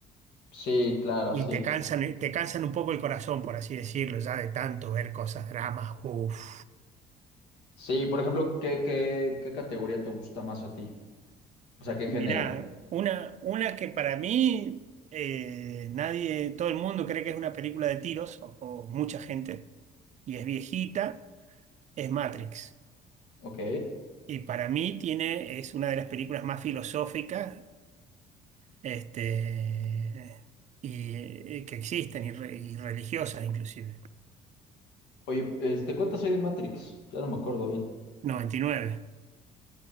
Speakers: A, on the left; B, on the right.
A: Sí, claro,
B: Y
A: sí.
B: te cansan, eh, te cansan un poco el corazón, por así decirlo, ya de tanto ver cosas, dramas. Uf.
A: Sí, por ejemplo, ¿qué, qué, qué categoría te gusta más a ti? O sea, ¿qué
B: Mirá,
A: género?
B: una, una que para mí eh, nadie, todo el mundo cree que es una película de tiros, o, o mucha gente, y es viejita, es Matrix.
A: Ok.
B: Y para mí tiene, es una de las películas más filosóficas este, y, eh, que existen, y, re- y religiosas inclusive.
A: Oye, este, ¿cuántas hay de Matrix? Ya no me acuerdo bien.
B: noventa y nueve